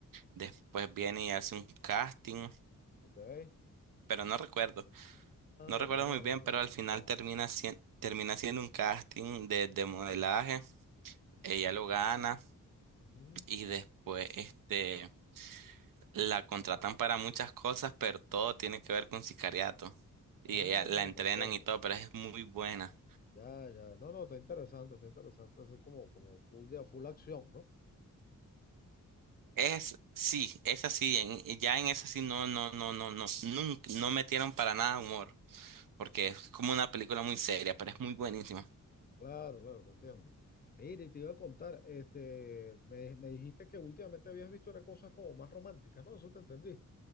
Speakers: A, on the right; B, on the left.
A: Después viene y hace un casting,
B: ok.
A: pero no recuerdo,
B: Ah,
A: no recuerdo
B: ya no,
A: muy bien,
B: no, ma-
A: pero al final
B: no.
A: termina siendo, termina siendo un casting de, de modelaje. Ella lo gana
B: Ujú.
A: y después, este, la contratan para muchas cosas, pero todo tiene que ver con sicariato. Y
B: Ah,
A: ella la entrenan
B: te entiendo.
A: y todo, pero es muy buena.
B: Ya, ya. No, no, está interesante, está interesante. Así como, como full de full acción, ¿no?
A: Es, sí, es así, en, ya en esa sí no, no, no, no, no, nunca, no metieron para nada humor, porque es como una película muy seria, pero es muy buenísima.
B: Claro, claro, te entiendo. Mire, y te iba a contar, este, me, me dijiste que últimamente habías visto era cosas como más románticas, ¿no? Eso te entendí.